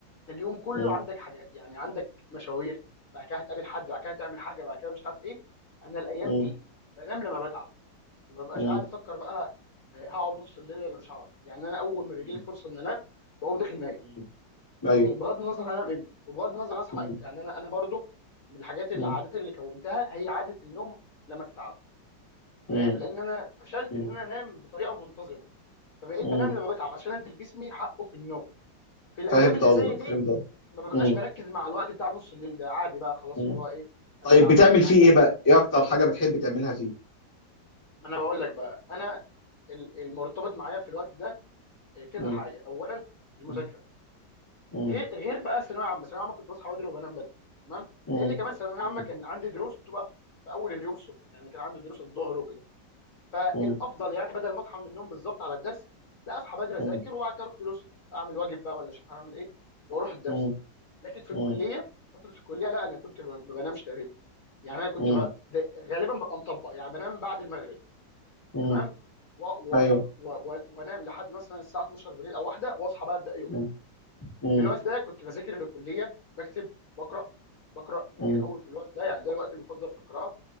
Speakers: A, on the left; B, on the left.
A: اليوم كله
B: مم.
A: عندك حاجات يعني عندك مشاوير بعد كده هتقابل حد بعد كده تعمل حاجه بعد كده مش عارف ايه انا الايام
B: مم.
A: دي بنام لما بتعب ما ببقاش
B: مم.
A: قاعد افكر بقى آه، هقعد نص الليل ولا مش هقعد يعني انا اول ما بيجي
B: مم.
A: لي فرصه ان انام بقوم داخل نايم
B: مم.
A: فاهمني
B: ايوه
A: بغض النظر هنام امتى وبغض النظر اصحى
B: مم.
A: امتى يعني انا انا برضو من الحاجات اللي
B: مم.
A: العادات اللي كونتها هي عاده النوم لما تتعب فاهم
B: مم.
A: لان انا فشلت
B: مم.
A: ان انا انام بطريقه منتظمه فبقيت
B: مم.
A: بنام لما بتعب عشان ادي لجسمي حقه في النوم في الايام
B: فهمت
A: اللي
B: قصدك
A: زي دي
B: فهمت قصدك
A: ما ببقاش
B: مم.
A: مركز مع الوقت بتاع نص الليل ده عادي بقى خلاص
B: مم.
A: اللي هو ايه انا
B: طيب
A: تعبان
B: بتعمل
A: فهنام
B: فيه ايه بقى ايه اكتر حاجة بتحب تعملها فيه
A: ما انا بقول لك بقى انا ال- المرتبط معايا في الوقت ده آه، كذا
B: مم.
A: حاجه اولا المذاكره
B: مم. مم.
A: غير غير بقى الثانويه عامه الثانويه عامه كنت بصحى بدري وبنام بدري تمام
B: مم.
A: لان كمان الثانويه
B: مم.
A: عامه كان عندي دروس بتبقى في في اول اليوم الصبح يعني كان عندي دروس الظهر وكده فالافضل
B: مم.
A: يعني بدل ما اصحى من النوم بالظبط على الدرس لا اصحى بدري
B: مم.
A: اذاكر وبعد كده اروح دروس اعمل واجب بقى ولا اشوف هعمل ايه واروح الدرس
B: مم.
A: لكن في
B: مم.
A: الكليه فتره الكليه لا انا كنت ما ما بنامش تقريبا يعني انا كنت
B: مم.
A: بقى ده- غالبا ببقى مطبق يعني بنام بعد المغرب
B: مم.
A: تمام و- و-
B: ايوه
A: و- و- و- وانام لحد مثلا الساعه 12 بالليل او واحده واصحى بقى ابدا يوم
B: مم. مم.
A: في الوقت ده كنت بذاكر للكليه بكتب بقرا بقرا كتير
B: مم.
A: قوي في الوقت ده يعني ده الوقت المفضل في القراءه